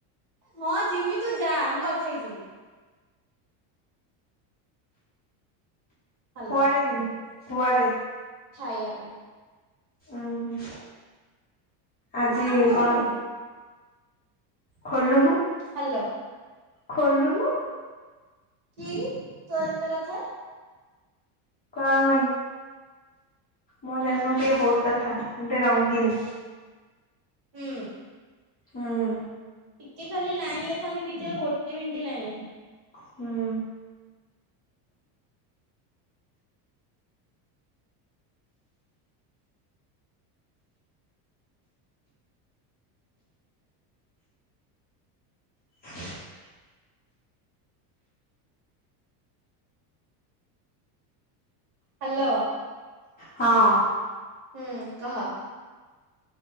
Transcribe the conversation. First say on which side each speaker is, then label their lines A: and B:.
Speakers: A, on the right (about 50°); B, on the left (about 20°).
A: ହଁ ଯିମି ତୁ ଯା ମୁଁ କଥା ହେଇକି ଯିମି। ହାଲୋ
B: କୁଆଡେ ଯିବୁ କୁଆଡେ?
A: ଖାଇବା ପାଇଁ
B: ଉହୁଁ ଆଜି
A: ନା ମୁଁ ଖୋଲିବିନି
B: କଣ? ଖୋଲୁନୁ
A: ହ୍ୟାଲୋ।
B: ଖୋଲୁନୁ
A: କିଏ କି ତୋର ଏତେ କଥା
B: କଣ ଭାଇ ମୋ ଜାଣିନ ଟିକେ ବହୁତ କଥା ଗୋଟେ ରଙ୍ଗୀନ
A: ହୁଁ।
B: ହଁ।
A: ଟିକେ ଖାଲି ଲାଇନରେ ଥାନି ବିଜୟ ଗୋଟେ ମିଣ୍ଟି ଲାଇନରେ ଥା
B: ହୁଁ। <inaudible>
A: ହ୍ୟାଲୋ
B: ହଁ
A: ହୁଁ କହ